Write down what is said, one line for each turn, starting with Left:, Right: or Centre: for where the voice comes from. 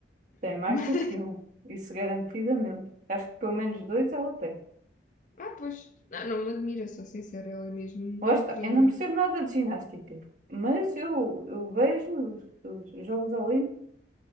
Right: Tem
Left: <laughs>
Right: mais
Left: Mas,
Right: do que um. Isso garantidamente. Acho que pelo menos dois ela tem.
Left: Ah, pois. Não, não me admira, sou sincera, ela é mesmo
Right: Lá
Left: incrível.
Right: está. Eu não percebo nada de ginástica, mas eu, eu vejo os, os Jogos Olímpicos